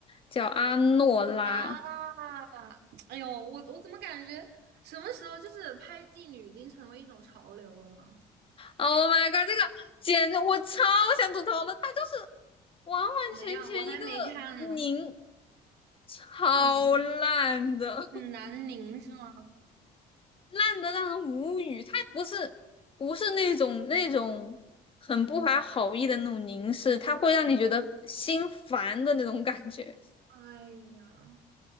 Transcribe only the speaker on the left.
叫《阿诺拉》。
Oh my god！这个简直我超想吐槽的，它就是完完全全一个
拧，超烂的，
烂的让人无语。他不是不是那种那种很不怀好意的那种凝视，他会让你觉得心烦的那种感觉